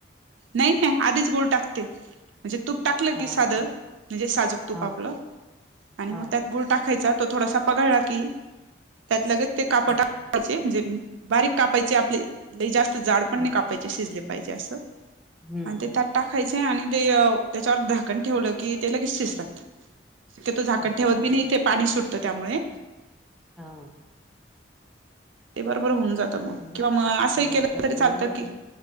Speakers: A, on the right (about 85°); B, in the centre.
A: नाही नाही आधीच गुळ टाकते. म्हणजे तूप टाकलं
B: हा
A: की साधं
B: का
A: म्हणजे साजूक तूप
B: हा
A: आपलं आणि
B: हा
A: मग त्यात. गुळ टाकायचा तो थोडासा पगळला की त्यात लगेच ते काप
B: हा
A: टा. म्हणजे बारीक कापायचे आपले लइ जास्त जाड पण
B: हा
A: नाही कापायचे शिजले पाहिजे असं.
B: हम्म
A: आणि
B: हम्म
A: ते त्यात टाकायचे आणि ते त्याच्यावर झाकण ठेवलं की ते लगेच शिजतात. शक्यतो तिथं झाकण
B: अच्छा
A: ठेवत बी नाही ते पाणी सुटतं त्यामुळे.
B: हा
A: ते बरोबर होऊन जात
B: आता
A: मग किंवा मग असंही
B: मी
A: केलं
B: एकदा
A: तरी
B: केले
A: चालतं
B: होते
A: की.